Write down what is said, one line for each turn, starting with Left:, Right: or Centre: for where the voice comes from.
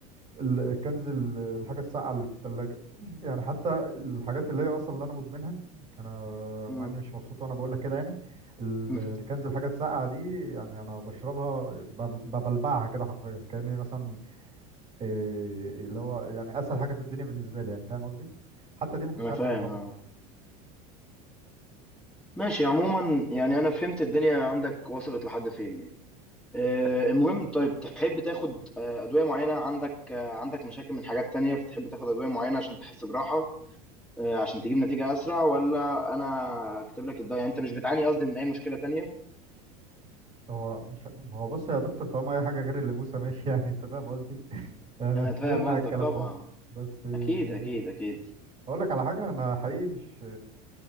Right: الكنز ال- الحاجة الساقعة اللي في التلاجة <laughs> يعني حتى الحاجات اللي هي أصلا اللي أنا مدمنها أنا
Centre: امم
Right: مع إني مش مبسوط وأنا بقول لك كده يعني ال-
Centre: <laughs>
Right: الكنز الحاجة الساقعة دي يعني أنا بشربها ب- ببلبعها كده حرفيا كأني مثلا إيه، اللي هو يعني أسهل حاجة في الدنيا بالنسبة لي يعني فاهم قصدي حتى دي ما كنتش
Centre: انا
Right: عارف
Centre: فاهم
Right: أشربها
Centre: اه ماشي عموما يعني انا فهمت الدنيا عندك وصلت لحد فين يعني آه، المهم طيب تحب تاخد آه، ادويه معينه عندك آه، عندك مشاكل من حاجات تانية فتحب تاخد ادويه معينه عشان تحس براحه آه، عشان تجيب نتيجه اسرع ولا انا اكتب لك الدواء يعني انت مش بتعاني قصدي من اي مشكله تانية
Right: هو مش هو بص يا دكتور طالما أي حاجة غير اللبوسة ماشي <laughs> يعني أنت فاهم قصدي يعني
Centre: انا
Right: كبرنا
Centre: فاهم
Right: على
Centre: قصدك
Right: الكلام
Centre: طبعا
Right: ده بس إيه،
Centre: اكيد اكيد اكيد
Right: أقول لك على حاجة أنا حقيقي مش